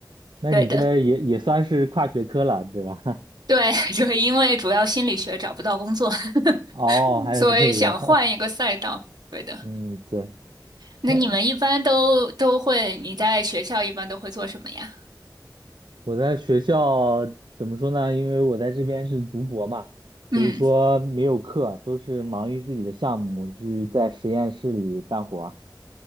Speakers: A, on the right; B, on the right.
A: 那你这也也算是跨学科了，
B: 对的。
A: 对吧？<laughs>
B: 对，<laughs> 就是因为主要心理学找不到工作，
A: 哦，
B: <laughs>
A: 还有这个，
B: 所以想换一个赛道。对的。
A: <laughs> 嗯，对，
B: 那你们一般都都会，
A: 那
B: 你在学校一般都会做什么呀？
A: 我在学校怎么说呢？因为我在这边是读博嘛，
B: 嗯，
A: 所以说没有课，都是忙于自己的项目，去在实验室里干活